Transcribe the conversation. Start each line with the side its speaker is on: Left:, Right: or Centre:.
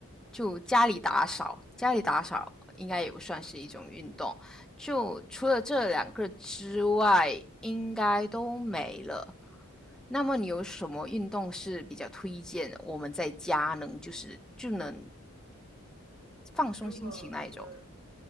Centre: 就家里打扫，家里打扫应该也不算是一种运动。就除了这两个之外，应该都没了。那么你有什么运动是比较推荐我们在家能就是就能
Right: <laughs>
Centre: 放松心情那一种，
Right: 如果如果